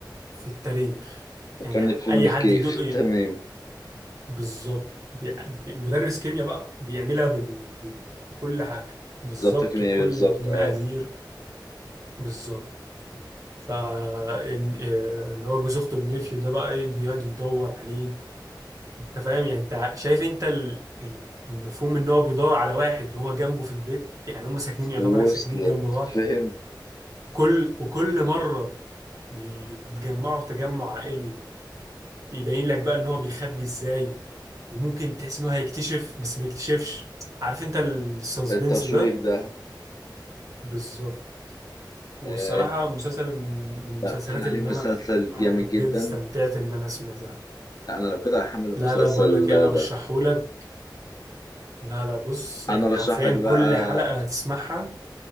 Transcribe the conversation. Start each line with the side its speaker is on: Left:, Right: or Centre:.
Right: في التاريخ
Left: فكرني
Right: يعني
Left: بفيلم
Right: اي
Left: الكيف
Right: حد يدق إيه؟
Left: <laughs> تمام
Right: بالظبط بي- مدرس كيمياء بقى بيعملها بال... بكل حاجه بالظبط
Left: بالظبط كمية
Right: بكل
Left: بالظبط
Right: المقادير
Left: اه
Right: بالظبط ف إن- آه، اللي هو جوز اخته النفيو ده بقى ايه بيقعد يدور عليه انت فاهم يعني انت شايف انت ال- ال- المفهوم ان هو بيدور على واحد وهو جنبه في البيت يعني هم ساكنين يعتبر
Left: وصلت
Right: ساكنين جنب بعض
Left: فهمت
Right: وكل وكل مرة يتجمعوا في تجمع عائلي يبين لك بقى ان هو بيخبي ازاي وممكن تحس ان هو هيكتشف بس ما يكتشفش عارف انت السسبنس
Left: التشويق
Right: ده
Left: ده
Right: بالظبط والصراحة
Left: آه.
Right: مسلسل من المسلسلات
Left: لا باين عليه
Right: اللي
Left: مسلسل
Right: انا
Left: جامد
Right: بجد
Left: جدا
Right: استمتعت ان انا سمعتها
Left: لا انا لو كده هحمل المسلسل
Right: لا لا بقول لك ايه انا رشحهولك
Left: ده
Right: لا لا بص يعني
Left: انا ارشح
Right: حرفيا
Left: لك بقى
Right: كل حلقة هتسمعها